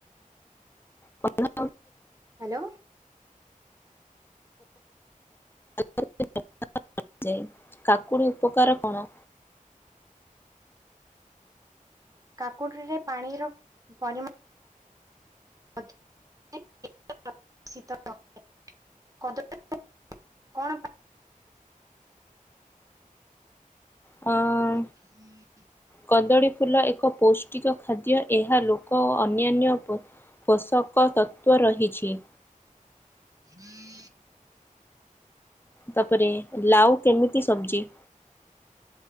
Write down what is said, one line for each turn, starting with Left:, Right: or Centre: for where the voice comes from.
Left: କଣ?
Right: ହାଲୋ
Left: <unintelligible> କାକୁଡି ଉପକାର କଣ?
Right: କାକୁଡିରେ ପାଣିର ପରିମାଣ <unintelligible> <unintelligible>
Left: ଅ
Right: <inaudible>
Left: କନ୍ଦଳୀ ଫୁଲ ଏକ ପୌଷ୍ଟିକ ଖାଦ୍ୟ। ଏହା ଲୋକ ଓ ଅନ୍ୟାନ୍ୟ ପୋ ପୋଷକ ତତ୍ଵ ରହିଛି।
Right: <inaudible>
Left: ତାପରେ ଲାଉ କେମିତି ସବଜି?